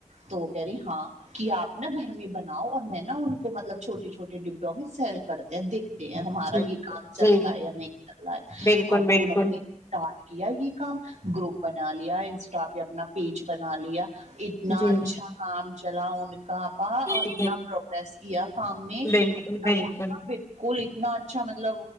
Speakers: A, on the right; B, on the left.
A: تو کہہ رہی ہاں کہ آپ نا گھر میں بناؤ اور میں نا ان کو مطلب چھوٹے چھوٹے ڈبوں میں سیل کردیتی ہمارا
B: جی
A: یہ کام
B: جی
A: چلتا
B: جی
A: ہے یا نہیں چل رہا ہے
B: بالکل
A: اب
B: بالکل
A: انہوں نے اسٹارٹ کیا یہ کام گروپ بنا لیا انسٹا پہ اپنا پیج بنا لیا اتنا
B: جی
A: اچھا کام چلا ان کا اتنا
B: جی
A: پروگریس کیا سامنے
B: بالکل
A: <unintelligible>
B: بالکل
A: کول اتنا اچھا مطلب